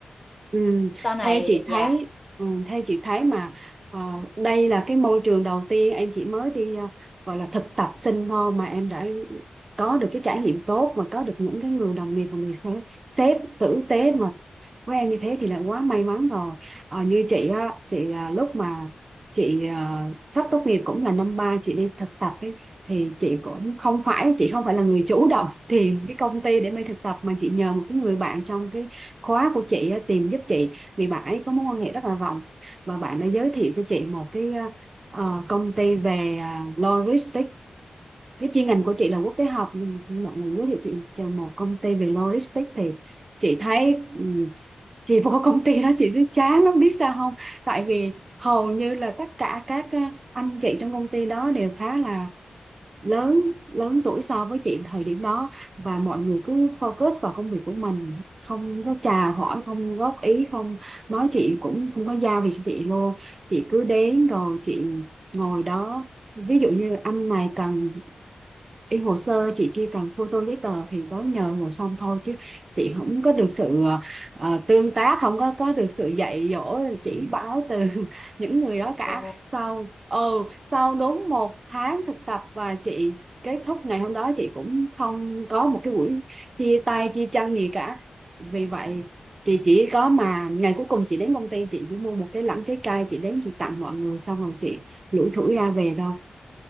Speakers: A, on the right; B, on the left.
A: ừ.
B: sau này
A: Theo chị thấy
B: dạ
A: ừ, theo chị thấy mà ờ, đây là cái môi trường đầu tiên em chỉ mới đi ờ, gọi là thực tập sinh thôi mà em đã có được cái trải nghiệm tốt và có được những cái người đồng nghiệp và người sếp sếp tử tế và với em như thế thì là quá may mắn rồi Ờ, như chị á chị à, lúc mà chị à, sắp tốt nghiệp cũng là năm ba chị đi thực tập ấy, thì chị cũng không phải chị không phải là người chủ động <laughs> tìm cái công ty để mới thực tập mà chị nhờ một cái người bạn trong cái khóa của chị á, tìm giúp chị vì bạn ấy có mối quan hệ rất là rộng và bạn đã giới thiệu cho chị một cái à, ờ, công ty về à, logistics cái chuyên ngành của chị là quốc tế học nhưng mà nhưng bạn này giới thiệu chị cho một công ty về logistics thì chị
B: Ừ.
A: thấy ừm, chị vô <laughs> công ty đó chị cứ chán lắm biết sao không tại vì hầu như là tất cả các ờ, anh chị trong công ty đó đều khá là lớn lớn tuổi so với chị thời điểm đó và mọi người cứ focus vào công việc của mình không có chào hỏi không góp ý không nói chị cũng không có giao việc cho chị luôn chị cứ đến rồi chị ngồi đó ví dụ như anh này cần in hồ sơ chị kia cần photo giấy tờ thì có nhờ ngồi xong thôi chứ chị không có được sự ờ, tương tác không có có được sự dạy dỗ chỉ bảo từ <laughs> những người đó cả
B: ồ
A: sau ừ sau đúng một tháng thực tập và chị kết thúc ngày hôm đó chị cũng không có một cái buổi chia tay chia chân gì cả vì vậy chị chỉ có mà ngày cuối cùng chị đến công ty chị chỉ mua một cái lẵng trái cây chị đến chị tặng mọi người xong rồi chị lủi thủi ra về thôi